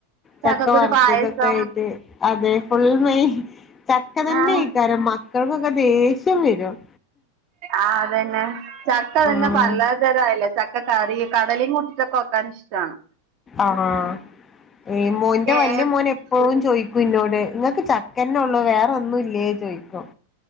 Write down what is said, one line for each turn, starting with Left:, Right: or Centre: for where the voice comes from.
Right: ചക്കക്കുരു
Left: ചക്ക വറുത്തതൊക്കെയിട്ട്
Right: പായസം
Left: അതെ ഫുൾ മ്മേ ചക്ക തന്നെ
Right: ആഹ്
Left: എയ്ക്കാരം മക്കൾക്കൊക്കെ ദേഷ്യം വരും
Right: ആഹ് അതന്നെ ചക്കതെന്നെ
Left: ആഹ്
Right: പല രല്ല ചക്കക്കറി കടലേം കൂട്ടിട്ടൊക്കെ വെക്കാൻ ഇഷ്ടാണ്
Left: ആണോ <unintelligible>
Right: ഏഹ്
Left: വല്യമോനെപ്പഴും
Right: കൂട്ടും
Left: ചോയി കുന്നോട് ങ്ങക്ക് ചക്കന്നെള്ളൂ വേറെന്നും ഇല്ലേ ചോയ്ക്കും